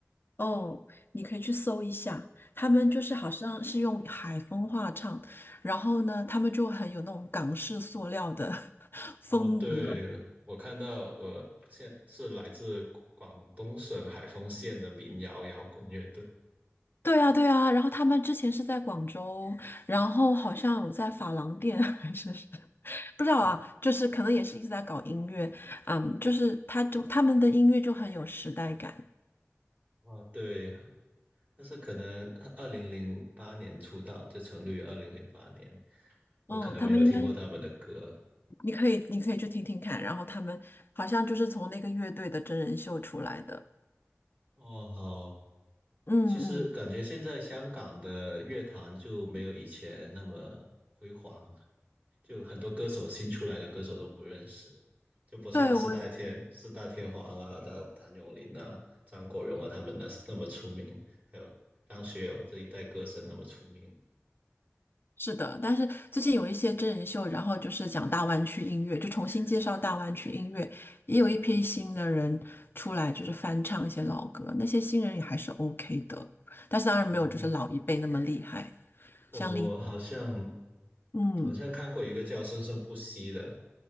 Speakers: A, on the left (about 45°); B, on the right (about 30°).
A: 哦，你可以去搜一下，他们就是好像是用海风话唱，然后呢，他们就很有那种港式塑料的 <laughs> 风格。
B: 哦，对，我看到，呃，现是来自广东省海丰县的民谣摇滚乐队。
A: 对啊，对啊，然后他们之前是在广州，然后好像有在发廊店 <laughs> 还是是不知道啊，
B: 嗯，
A: 就是可能也是一直在搞音乐，嗯，就是他就他们的音乐就很有时代感。
B: 啊，对，但是可能二零零八年出道，就成立于二零零八年，我可能没有听过他们的歌。
A: 嗯，他们应该，你可以，你可以去听听看。然后他们好像就是从那个乐队的真人秀出来的。
B: 哦，好，
A: 嗯嗯，
B: 其实感觉现在香港的乐坛就没有以前那么辉煌，就很多歌手新出来的歌手都不认识，就不像四大天四大天王啊、
A: 对，我也
B: 的谭咏麟啊、张国荣啊他们那那么出名，还有张学友这一代歌神那么出名。
A: 是的。但是最近有一些真人秀，然后就是讲大湾区音乐，就重新介绍大湾区音乐，也有一批新的人出来，就是翻唱一些老歌。那些新人也还是 OK 的，但是当然没有就是老一辈那么厉害。
B: 哦，哦，
A: 像林，
B: 我好像
A: 嗯，
B: 好像看过一个叫《生生不息》的